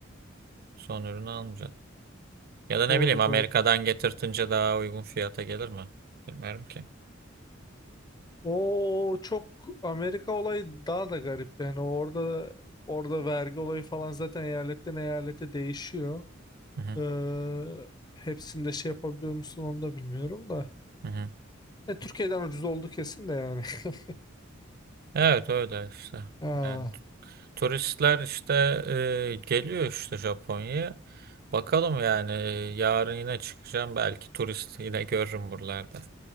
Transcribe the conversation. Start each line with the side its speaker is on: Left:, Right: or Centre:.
Right: son ürünü almayacaksın. Ya da ne
Left: doğru
Right: bileyim Amerika'dan
Left: doğru.
Right: getirtince daha uygun fiyata gelir mi? Bilmiyorum ki.
Left: O çok Amerika olayı daha da garip yani orada orada vergi olayı falan zaten eyaletten eyalete değişiyor.
Right: Hı hı,
Left: Ee, hepsinde şey yapabiliyor musun onu da bilmiyorum da.
Right: hı hı.
Left: E, Türkiye'den ucuz oldu kesin de yani. <laughs>
Right: Evet öyle işte.
Left: Aa,
Right: Yani Turistler işte e, geliyor işte Japonya'ya. Bakalım yani e, yarın yine çıkacağım. Belki turist yine görürüm buralarda.